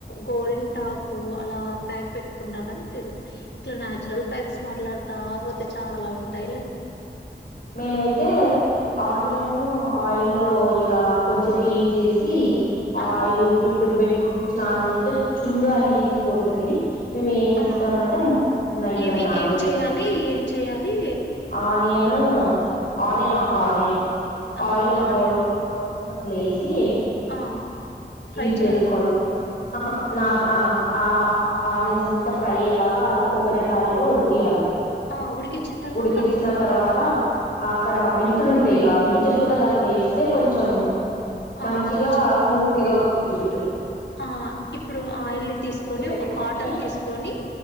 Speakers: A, on the left (about 75°); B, on the left (about 50°).
A: గోరింటాకు అలా ప్యాక్ పెట్టుకుంటానని తెలుసు ఇట్లా నాచురల్ ప్యాక్స్ మాట్లాడతా పోతే చాలా ఉంటాయిలే
B: మైతే ఆనియన్ ఆయిల్ లో ఇట్లా కొంచేప్ హీట్ చేసి
A: ఆ
B: ఆయిల్ జుట్టుకి పెట్టుకోవాలి స్నానం చేస్తే చుండు అనేది పోతది మేమేం చేస్తామంటే
A: ఆ
B: <unintelligible>
A: ఏమి
B: నానబెట్
A: ఏం చెయ్యాలి ఏం చెయ్యాలి
B: ఆనియన్ నా ఆనియన్ ఆఫ్ ఆనియన్
A: ఆ
B: ఆయిల్ ఒక
A: ఆనియన్
B: బౌల్లో తీస్కో ఏసి
A: ఆ ఫ్రై
B: హీట్
A: చేయాలా
B: చేసుకోవాలి ఆహా నార్మల్ ఆ ఆనియన్స్ అంతా ఫ్రై అయ్యేలాగా ఆ కోకోనట్ ఆయిల్లో ఉడికియాలి
A: ఆ ఉడికిచ్చిన తర్వాత
B: ఉడికిచ్చిన తర్వాత అక్కడ మెంతులు ఉంటాయిగా మెంతులు కూడా దానిలో వేస్తే కొంచెం
A: ఆ
B: మంచిగా
A: కొంచెం
B: స్మూతిగావ్ <inaudible>
A: ఆ ఇప్పుడు ఆయిలు తీసుకొని
B: నెత్తికి పెట్టుకొని
A: ఒక కాటన్ తీసుకొని